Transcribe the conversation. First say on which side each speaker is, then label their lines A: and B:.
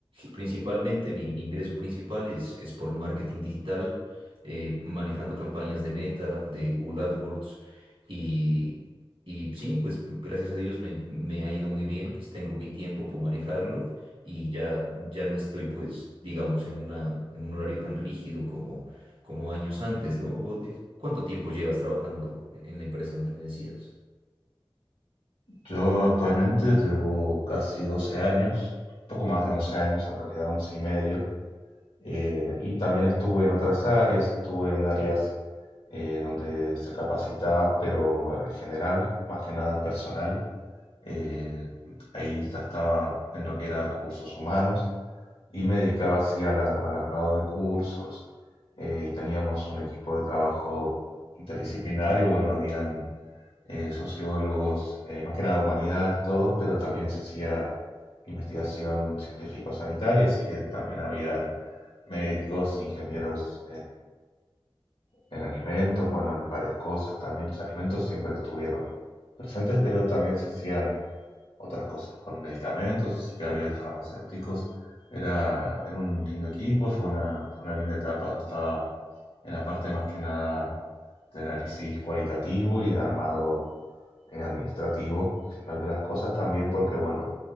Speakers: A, on the right (about 70°); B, on the left (about 80°).
A: principalmente mi, mi ingreso principal es, es por marketing digital, eh, manejando campañas de Meta, de Google AdWords y y sí, pues gracias a Dios me, me ha ido muy bien, pues tengo mi tiempo, puedo manejarlo y ya, ya no estoy pues, digamos, en una, en un horario tan rígido como, como años antes, ¿no? ¿Vos, eh, ¿Cuánto tiempo llevas trabajando en en la empresa donde me decías?
B: Yo actualmente llevo casi 12 años, un poco más de 11 años, en realidad 11 y medio, eh, y también estuve en otras áreas, estuve en áreas eh, donde se capacitaba, pero en general, más que nada el personal. Eh, ahí ya estaba en lo que era recursos humanos. Y me dedicaba así al, ar- al armado de cursos eh, y teníamos un equipo de trabajo interdisciplinario. Bueno, habían eh, sociólogos, eh, más que nada humanidades todos, pero también se hacía investigación científico-sanitaria, así que también habían médicos, ingenieros en alimentos, bueno, en varias cosas. También los alimentos siempre estuvieron presentes, pero también se hacían otras cosas con medicamentos, así que había farmacéuticos. Era, era un lindo equipo, fue una, fue una linda etapa. Yo estaba en la parte más que nada de análisis cualitativo y de armado eh, administrativo general de las cosas también porque, bueno,